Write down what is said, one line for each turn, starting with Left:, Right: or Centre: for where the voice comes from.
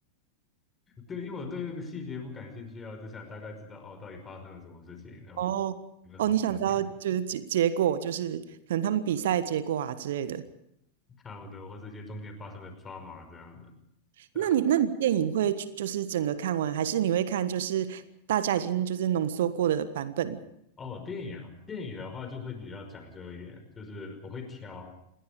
Left: 对，因为我对这个细节不感兴趣啊，我只想大概知道哦，到底发生了什么事情，然后有没有什么重点，
Right: 哦哦，你想知道就是结结果，就是可能他们比赛结果啊之类的。
Left: 差不多，或这些中间发生的 drama 这样的，对啊。
Right: 那你那你电影会去就是整个看完，还是你会看就是大家已经就是浓缩过的版本？
Left: 哦，电影啊，电影的话就会比较讲究一点，就是我会挑，